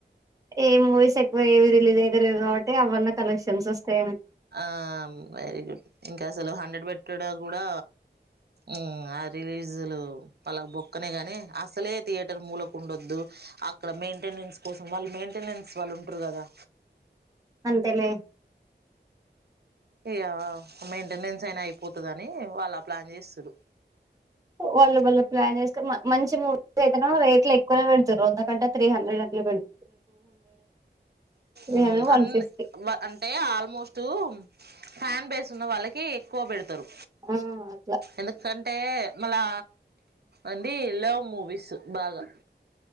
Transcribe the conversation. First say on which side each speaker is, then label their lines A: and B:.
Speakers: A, on the right; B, on the right.
A: ఏ మూవీస్ ఎక్కువ ఏవి రిలీజ్ అయితలేవు కాబట్టి అవన్న కలెక్షన్స్ వస్తయని
B: ఆమ్ వెరీ గుడ్ ఇంకా అసలు హండ్రెడ్ పెట్టడా కూడా ఉమ్ ఆ రిలీజ్లు వాళ్ళకు బొక్కనే గానీ అసలే థియేటర్ మూలక్ ఉండొద్దు అక్కడ మెయింటెనెన్స్ కోసం వాళ్ మెయింటెనెన్స్ వాళ్ళు ఉంటరు కదా
A: అంతేలే
B: ఇయ మెయింటెనెన్స్ అయినా అయిపోతదని వాళ్ ఆ ప్లాన్ చేస్తున్రు.
A: వాళ్ళు వాళ్ళ ప్లాన్ చేసుకొని మంచి మూవీస్ అయితేనో రేట్లు ఎక్కువనే పెడతరు అంత కంటే త్రి హండ్రెడ్ అట్ల పెడ్ three
B: um
A: hundred one
B: and
A: fifty
B: బ అంటే ఆల్మోస్టు ఫ్యాన్ బేస్ ఉన్న వాళ్ళకి ఎక్కువ బెడ్ తరు
A: ఆ అట్లా
B: ఎందు కన్ టే మళ్ళా అంది లవ్ మూవీస్ బాగా